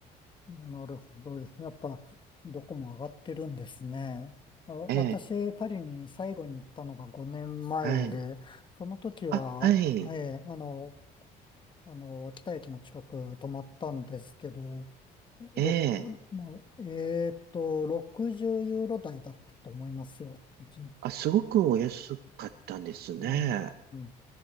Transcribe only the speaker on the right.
ええ、
はい。
あ、はい。
ええ、
あ、すごくお安かったんですね。